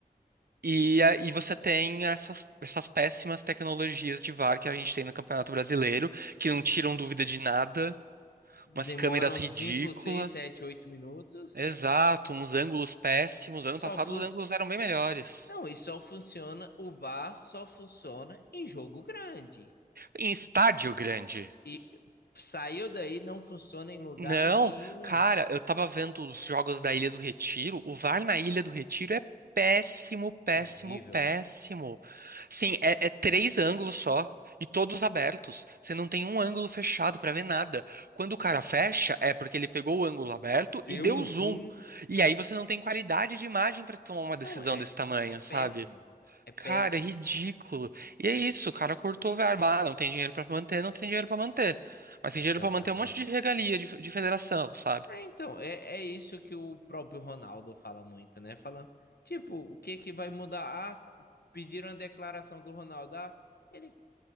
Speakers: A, on the right; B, on the left.
A: E, a- e você tem essas, essas péssimas tecnologias de VAR que a gente tem no Campeonato Brasileiro, que não tiram dúvida de nada, umas
B: Demoram
A: câmeras ridículas.
B: 5 6 7 8 minutos.
A: Exato, uns ângulos péssimos. Ano
B: Só
A: passado
B: fu-
A: os ângulos eram bem melhores.
B: Não, e só funciona, o VAR só funciona em jogo grande.
A: Em estádio grande.
B: E saiu daí, não funciona em lugar
A: Não,
B: nenhum.
A: cara, eu tava vendo os jogos da Ilha do Retiro. O VAR na Ilha do Retiro é péssimo,
B: Horrível.
A: péssimo, péssimo. Sim, é, é três ângulos só e todos abertos. Você não tem um ângulo fechado pra ver nada. Quando o cara fecha, é porque ele pegou o ângulo aberto
B: Deu
A: e deu
B: um zoom.
A: zoom. E aí você não tem qualidade de imagem pra tomar uma decisão
B: Não, é,
A: desse tamanho,
B: é péssimo.
A: sabe?
B: É péssimo.
A: Cara, é ridículo. E é isso, o cara cortou verba. Ah, não tem dinheiro pra manter, não tem dinheiro pra manter. Mas
B: Exatamente.
A: tem dinheiro pra manter um monte de regalia de, de federação, sabe?
B: É, então, é, é isso que o próprio Ronaldo fala muito, né? Falando, tipo, o que que vai mudar? Ah, pediram a declaração do Ronaldo. Ah, ele,